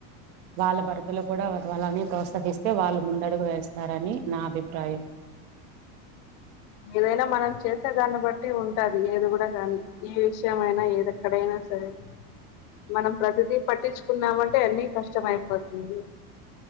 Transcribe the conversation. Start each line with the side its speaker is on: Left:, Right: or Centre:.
Right: వాళ్ళ భర్తలో కూడా వాళ్ళని ప్రోత్సహిస్తే వాళ్ళు ము తడుగు వేస్తారని నా అభిప్రాయం
Left: ఏదైనా మనం చేసే దాన్ని బట్టి ఉంటది ఏది కూడా కానీ ఏ విషయం అయినా ఏది ఎక్కడైనా సరే మనం ప్రతిదీ పట్టించుకున్నామంటే అన్ని కష్టంమయిపోతుంది